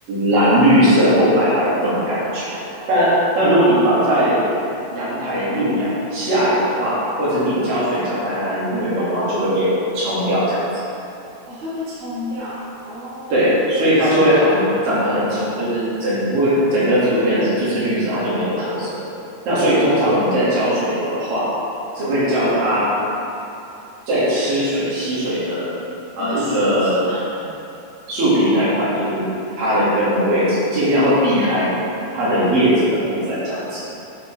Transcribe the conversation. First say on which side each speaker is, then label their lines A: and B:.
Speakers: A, on the right; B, on the right.
A: 蓝绿色或白白的这种感觉。
B: 哦
A: 但那如果你放在
B: 哦懂
A: 阳台露养，下雨的话，或者是你浇水浇太大里面的绒毛就会被冲掉，这样子。
B: 哦会被冲掉哦，
A: 对，所以它就会很长得很丑，
B: 是，嗯
A: 就是整个整棵植物变成是就是绿色，它就没有特色。那所以通常我们在浇水的话，
B: 哦，
A: 只会浇它
B: 嗯，
A: 在吃水吸水的呃一个
B: 那个树皮那
A: 树皮那一块，就是它的根的位置，
B: 边，
A: 尽量会避开它的叶子的部分，这样子。